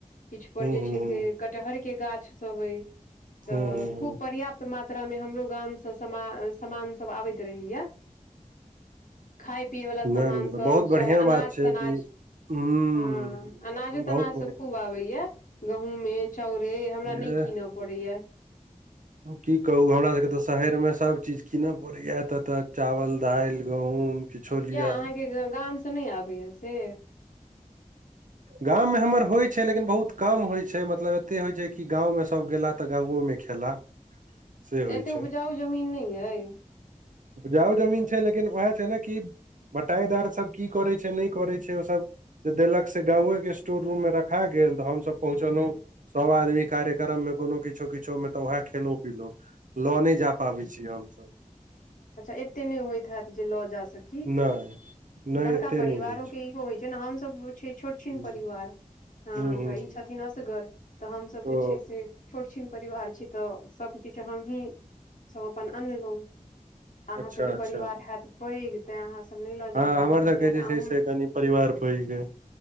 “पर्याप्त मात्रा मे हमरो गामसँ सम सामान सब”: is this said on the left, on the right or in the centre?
Left